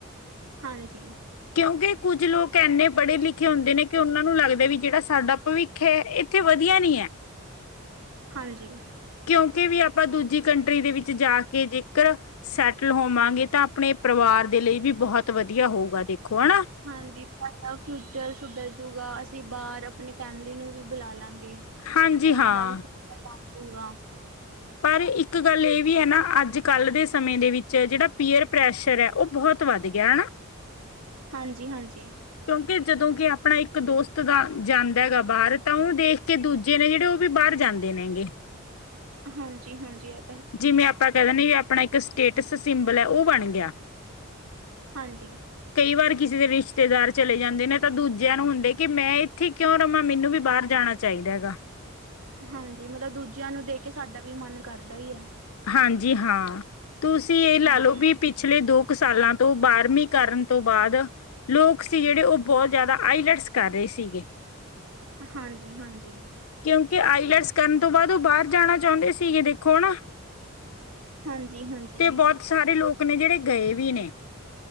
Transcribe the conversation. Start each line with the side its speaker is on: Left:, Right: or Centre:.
Right: ਹਾਂਜੀ।
Left: ਕਿਉਂਕਿ ਕੁੱਝ ਲੋਕ ਏਨੇ ਪੜ੍ਹੇ ਲਿਖੇ ਹੁੰਦੇ ਨੇ ਕਿ ਓਨਾਂ ਨੂੰ ਲੱਗਦਾ ਵੀ ਜੇੜਾ ਸਾਡਾ ਪਵਿੱਖ ਏਥੇ ਵਧੀਆ ਨੀ ਏ।
Right: ਹਾਂਜੀ।
Left: ਕਿਉਂਕਿ ਵੀ ਆਪਾਂ ਦੂਜੀ ਕੰਟਰੀ ਦੇ ਵਿੱਚ ਜਾ ਕੇ ਜੇਕਰ ਸੈਟਲ ਹੋਵਾਂਗੇ ਤਾਂ ਆਪਣੇ ਪਰਿਵਾਰ ਦੇ ਲਈ ਵੀ ਬੋਹਤ ਵਧੀਆ ਹੋਊਗਾ ਦੇਖੋ ਹਨਾ।
Right: ਹਾਂਜੀ ਸਾਡਾ ਫਿਊਚਰ ਸੁਧਰ ਜੂਗਾ ਅਸੀਂ ਬਾਰ ਆਪਣੀ ਫੈਮਿਲੀ ਨੂੰ ਵੀ ਬੁਲਾ ਲਾਂਗੇ।
Left: ਹਾਂਜੀ
Right: ਓਨਾਂ
Left: ਹਾਂ
Right: ਦਾ ਫਿਊਚਰ ਬਣ ਜੂਗਾ।
Left: ਪਰ ਇੱਕ ਗੱਲ ਏਹ ਵੀ ਐ ਨਾ ਅੱਜ-ਕੱਲ ਦੇ ਸਮੇਂ ਦੇ ਵਿੱਚ ਜਿੜਾ ਪੀਅਰ ਪ੍ਰੈਸ਼ਰ ਐ ਓ ਬੋਤ ਤ ਵੱਧ ਗਿਆ ਹਨਾ।
Right: ਹਾਂਜੀ-ਹਾਂਜੀ।
Left: ਕਿਉਂਕਿ ਜਦੋਂ ਕਿ ਆਪਣਾ ਇੱਕ ਦੋਸਤ ਦਾ ਜਾਂਦਾ ਹੈਗਾ ਬਾਰ ਤਾਂ ਉਨੂੰ ਦੇਖ ਕੇ ਤੇ ਦੂਜੇ ਨੇ ਜੇੜੇ ਓਵੀ ਬਾਰ ਜਾਂਦੇ ਨੇਗੇ।
Right: ਹਾਂਜੀ-ਹਾਂਜੀ ਅ
Left: ਜਿਵੇਂ ਆਪਾਂ ਕੈ ਦਿੰਦੇ ਵੀ ਆਪਣਾ ਇੱਕ ਸਟੇਟਸ ਸਿੰਬਲ ਏ ਓ ਬਣ ਗਿਆ।
Right: ਹਾਂਜੀ।
Left: ਕਈ ਵਾਰ ਕਿਸੇ ਦੇ ਰਿਸ਼ਤੇਦਾਰ ਚਲੇ ਜਾਂਦੇ ਨੇ ਤਾਂ ਦੂਜਿਆਂ ਨੂੰ ਹੁੰਦੇ ਕਿ ਮੈਂ ਏਥੇ ਕਿਉਂ ਰਵਾਂ ਮੈਨੂੰ ਵੀ ਬਾਰ ਜਾਣਾ ਚਾਈਦਾ ਹੈਗਾ।
Right: ਹਾਂਜੀ ਮਤਲਬ ਦੂਜਿਆਂ ਨੂੰ ਦੇਖ਼ ਕੇ ਸਾਡਾ ਵੀ ਮਨ ਕਰਦਾ ਈ ਐ।
Left: ਹਾਂਜੀ ਹਾਂ, ਤੁਸੀਂ ਏ ਲਾ
Right: ਹਾਂਜੀ,
Left: ਲੋ ਵੀ ਪਿਛਲੇ ਦੋ ਕੁ ਸਾਲਾਂ ਤੋਂ ਬਾਰਵੀਂ ਕਰਨ ਤੋਂ ਬਾਦ ਲੋਕ ਸੀ ਜਿੜੇ ਓਹ ਬੋਤ ਜਾਦਾ ਆਈਲੈਟਸ ਕਰ ਰਹੇ ਸੀਗੇ।
Right: ਹਾਂਜੀ-ਹਾਂਜੀ।
Left: ਕਿਉਂਕਿ ਆਈਲੈਟਸ ਕਰਨ ਤੋਂ ਬਾਦ ਓ ਬਾਰ ਜਾਣਾ ਚਾਹੁੰਦੇ ਸੀਗੇ ਦੇਖੋ, ਹਨਾਂ।
Right: ਹਾਂਜੀ-ਹਾਂਜੀ।
Left: ਤੇ ਬੋਤ ਸਾਰੇ ਲੋਕ ਨੇ ਜਿੜੇ ਗਏ ਵੀ ਨੇ।